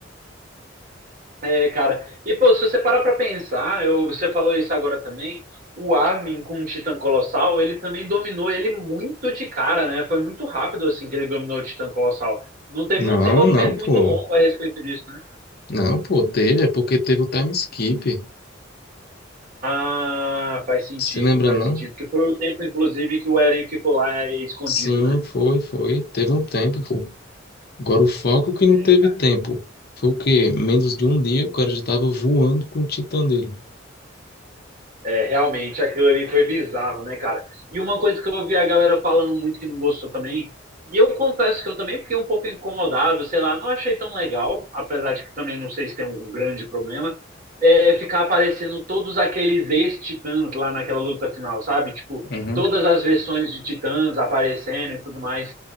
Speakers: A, on the right; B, on the left.
A: É, cara. E, pô, se você parar pra pensar, eu, você falou isso agora também, o Armin com o Titã Colossal, ele também dominou ele muito de cara, né? Foi muito rápido, assim, que ele dominou o Titã Colossal. Não teve
B: Não,
A: um desenvolvimento
B: não, pô.
A: muito longo a respeito disso, né?
B: Não, pô, teve, é porque teve o time skip.
A: Ah, faz sentido,
B: Se lembra,
A: faz
B: não?
A: sentido. Que foi o tempo, inclusive, que o Eren ficou lá é, escondido,
B: Sim,
A: né?
B: foi, foi. Teve um tempo, pô. Agora, o Falcon que não
A: É,
B: teve tempo. Foi o quê? Menos de um dia, o cara já estava voando com o Titã dele.
A: É, realmente, aquilo ali foi bizarro, né, cara? E uma coisa que eu ouvi a galera falando muito que não gostou também, e eu confesso que eu também fiquei um pouco incomodado, sei lá, não achei tão legal, apesar de que também não sei se tem um grande problema, é, ficar aparecendo todos aqueles ex-titãs lá naquela luta final, sabe? Tipo,
B: Uhum.
A: todas as versões de titãs aparecendo e tudo mais.